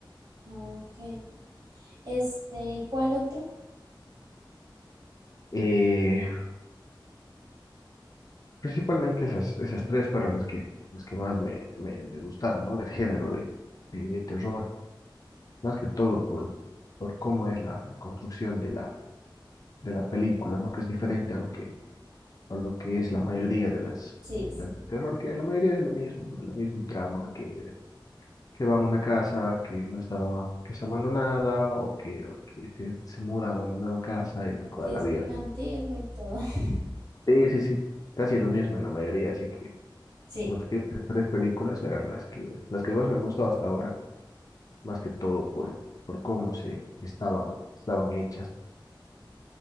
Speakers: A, on the right; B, on the left.
A: Ok. Este, ¿y cuál otro?
B: Eh, principalmente esas, esas tres fueron las que, las que más me, me, me gustaron, ¿no? Del género de, de, de terror, más que todo por, por cómo es la, la construcción de la, de la película, ¿no? Que es diferente a lo que a lo que es la mayoría de las
A: Sí, sí,
B: de las de terror, que la mayoría es lo mismo, ¿no? La misma trama que, que van a una casa que no estaba, que está abandonada o que, o que se, se mudan a una nueva casa en la cual
A: que es
B: habían.
A: muy antiguo y todo. <laughs>
B: Sí, sí, sí, casi lo mismo en la mayoría, así que
A: Sí.
B: como te digo, estas tres películas eran las que, las que más me han gustado hasta ahora, más que todo por, por cómo se estaban, estaban hechas,